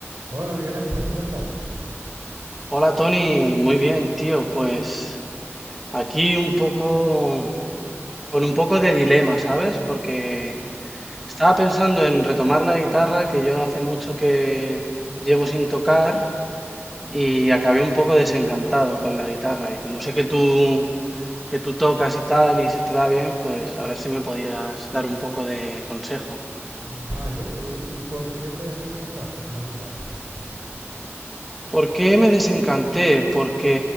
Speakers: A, on the right; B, in the centre.
A: Hola Miguel Ángel, ¿cómo estás?
B: Hola Tony, muy bien, tío. Pues aquí un poco, con un poco de dilema, ¿sabes? Porque estaba pensando en retomar la guitarra, que yo hace mucho que llevo sin tocar, y acabé un poco desencantado con la guitarra. Y como sé que tú, que tú tocas y tal, y se te da bien, pues a ver si me podías dar un poco de consejo.
A: Vale, eh, ¿y por qué te desencantaste con la guitarra?
B: ¿Por qué me desencanté? Porque,